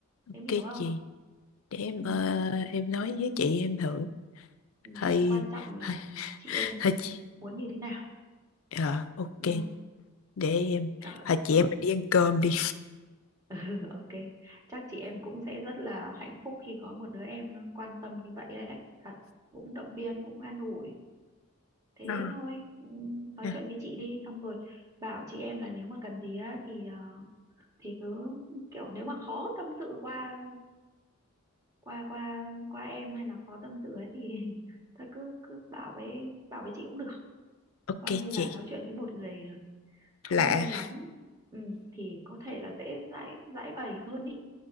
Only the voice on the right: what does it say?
em
hiểu không
ừ,
ừ.
quan trọng là
chị em
muốn như thế nào
đúng không
trời ơi.
<laughs> ừ, ok chắc chị em cũng sẽ rất là hạnh phúc khi có một đứa em nó quan tâm như vậy đấy thật cũng động viên cũng an ủi thế
thôi ừm, nói
chuyện với chị đi xong rồi bảo chị em là nếu mà cần gì á thì ờ, thì cứ kiểu nếu mà khó tâm sự qua qua qua qua em hay là khó tâm sự ấy thì <laughs> thôi cứ cứ bảo với bảo với chị cũng được
coi như
là nói chuyện với một người không
quen lắm
ừ, thì có thể là dễ giải giải bày hơn ý